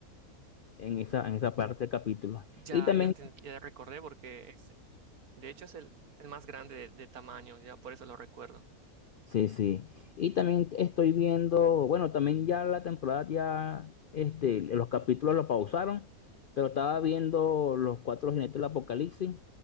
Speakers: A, on the left; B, on the right.
A: en esa, en esa parte del capítulo.
B: Ya,
A: Y también...
B: ya, te- ya recordé porque De hecho, es el, el más grande de, de tamaño, ya por eso lo recuerdo.
A: Sí, sí. Y también estoy viendo, bueno, también ya la temporada ya, este, los capítulos lo pausaron, pero estaba viendo Los Cuatro Jinetes del Apocalipsis